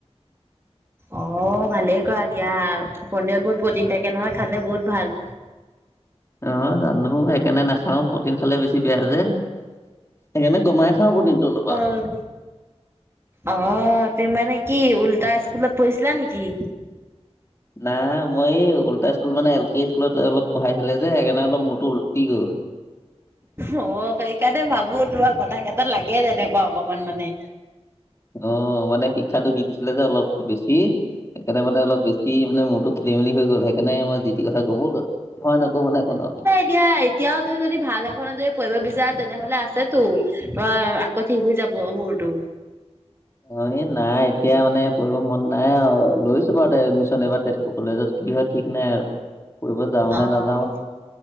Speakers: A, on the right (about 20°); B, on the left (about 25°).
A: অ', ভালেই কৰা দিয়া পনীৰত বহুত প্ৰটিন থাকে নহয়, খালে বহুত ভাল।
B: অ', জানো সেইকাৰণে নাখাওঁ প্ৰটিন খালে বেছি বেয়া যে। সেইকাৰণে ক'মাই খাওঁ প্ৰটিনটো অলপ আৰু।
A: হয়। অ', তুমি মানে কি উল্টা স্কুলত পঢ়িছিলা নেকি?
B: নাই মই এই উল্টা স্কুল মানে এল পি স্কুলত অলপ পঢ়াইছিলে যে সেইকাৰণে অলপ মোৰটো উলটি গ'ল।
A: অ', সেইকাৰণে ভাবো তোৰ কথা কেইটা লাগে তেনেকুৱা অকমান মানে।
B: অ', মানে শিক্ষাটো সি দিছিলে যে অলপ বেছি, সেইকাৰণে মানে অলপ বেছি সি মানে মোৰটো খেলি মেলি হৈ গ'ল, সেইকাৰণে মই যিটি কথা ক'বলৈ ভয় নক‌ওঁ মানে অকনো।
A: এতিয়া এতিয়াও তুমি যদি ভাল এখনত যদি পঢ়িব বিচাৰা তেনেহ'লে আছেতো। তোমাৰ আকৌ ঠিক হৈ যাব মূৰটো।
B: অ', এই নাই এতিয়া মানে পঢ়িব মন নাই আৰু লৈছো বাৰুতে এডমিশন এবাৰ তে তেজপুৰ কলেজত কি হয় ঠিক নাই। পঢ়িব যাওঁ নে
A: অ',
B: নাযাওঁ